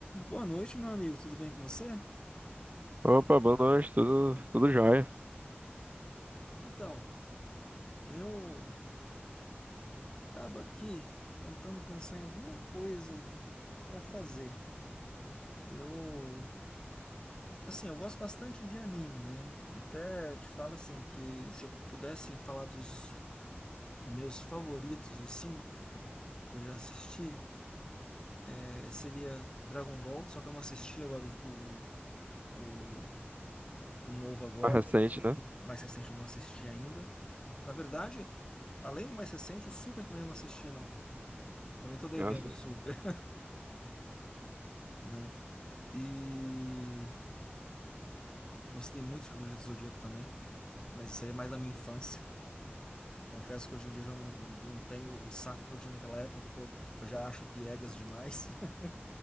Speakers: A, on the left (about 20°); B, on the right (about 40°).
A: Boa noite, meu amigo. Tudo bem com você?
B: Opa, boa noite, tudo, tudo jóia.
A: Então, eu estava aqui tentando pensar em alguma coisa para fazer. Eu, assim, eu gosto bastante de anime, né? Até te falo assim que se eu pudesse falar dos meus favoritos assim, que eu já assisti, eh, seria Dragon Ball, só que eu não assisti agora o, o, o o novo agora,
B: Mais recente,
A: o
B: né?
A: mais recente eu não assisti ainda. Na verdade, além do mais recente, o Super também eu não assisti, não. Também tô devendo
B: Ah, sim,
A: super, né? E gostei muito de Cavaleiro do Zodíaco também, mas isso aí é mais da minha infância. Confesso que hoje em dia eu já não, não tenho o saco que eu tinha naquela época, porque eu, eu já acho piegas demais. <laughs>